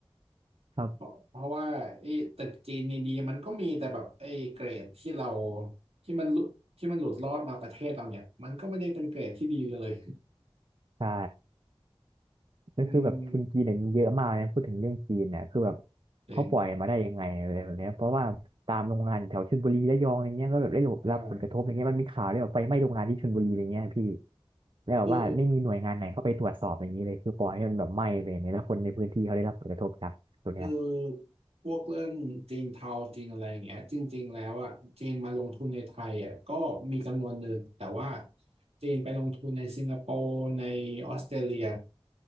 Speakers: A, on the right; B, on the right.
A: ครับ
B: เพราะเพราะว่าไอ้ตึกจีนดีๆมันก็มีแต่แบบไอ้เกรดที่เราที่มันหลุดที่มันหลุดรอดมาประเทศเราเนี่ยมันก็ไม่ได้เป็นเกรดที่ดีเลย
A: ใช่ ก็คือแบบทุนจีนเนี่ยมีเยอะมากนะพูดถึงเรื่องจีนเนี่ยคือแบบ
B: อืมจริง
A: เขาปล่อยมาได้ยังไงอะไรแบบเนี้ยเพราะว่าตามโรงงานแถวชลบุรีระยองอะไรเงี้ยก็แบบได้รับผลกระทบอะไรเงี้ยมันมีข่าวเรื่องไฟไหม้โรงงานที่ชลบุรีอะไรเงี้ยพี่
B: อ่า
A: แล้วแบบว่าไม่มีหน่วยงานไหนเข้าไปตรวจสอบอย่างนี้เลยคือปล่อยให้มันแบบไหม้ไปเนี่ยแล้วคนในพื้นที่เขาได้รับผลกระทบจากตัวเนี้ย
B: คือ คือพวกเรื่องจีนเทาจีนอะไรอย่างเงี้ยจริงๆแล้วอ่ะจีนมาลงทุนในไทยอ่ะก็มีจำนวนหนึ่งแต่ว่าจีนไปลงทุนในสิงคโปร์ในออสเตรเลีย